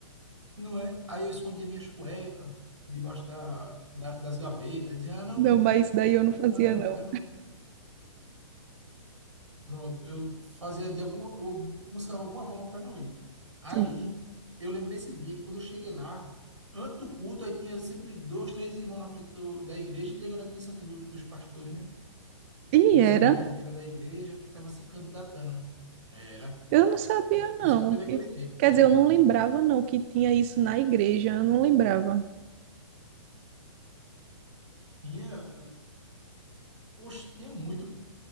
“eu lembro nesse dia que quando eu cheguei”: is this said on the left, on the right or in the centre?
Right